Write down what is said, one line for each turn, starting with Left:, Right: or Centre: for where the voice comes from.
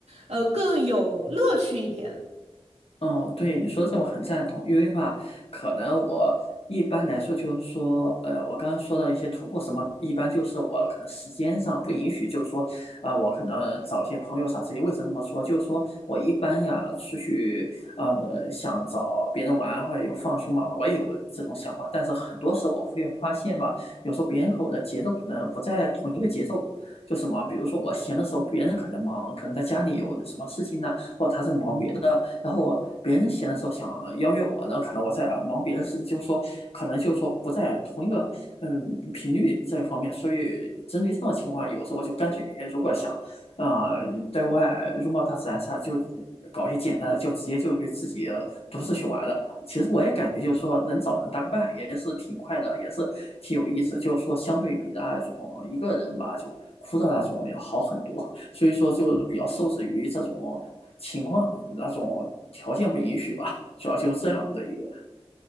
Right: 呃，更有乐趣一点。
Left: 哦，对，你说这我很赞同，因为吧，可能我一般来说就是说，呃，我刚刚说的一些徒步什么，一般就是我可能时间上不允许，就是说，啊、我可能找一些朋友啥之类。为什么这么说？就是说我一般呀出去，呃，呃想找别人玩或者有放松嘛，我也有这种想法，但是很多时候我会发现吧，有时候别人和我的节奏可能不在同一个节奏，就什么，比如说我闲的时候，别人可能忙，可能在家里有什么事情呢。或者他在忙别的，然后别人闲的时候想邀约我呢，可能我在忙别的事情，就是说可能就是说不在同一个嗯频率这方面，所以针对这种情况，有时候我就干脆如果想啊、呃在外拥抱大自然啥，就搞一些简单的，就直接就去自己独自去玩了。其实我也感觉就是说能找人搭个伴也是挺快的，也是挺有意思，就是说相对比那种一个人吧，就枯燥那种要好很多。所以说就比较受制于这种情况、那种条件不允许吧，主要就是这样的一个